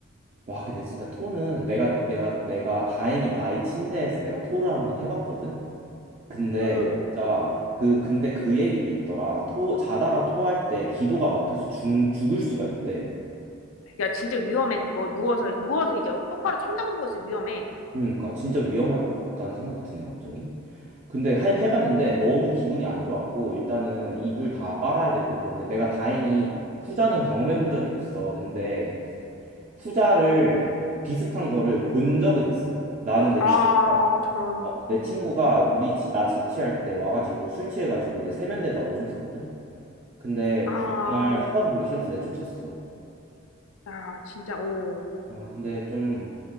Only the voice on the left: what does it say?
어.
야, 진짜 위험해, 그거. 누워서, 누워서 이제 똑바로 천장 보고 있어, 위험해.
아,
저런.
아,
야, 진짜, 어.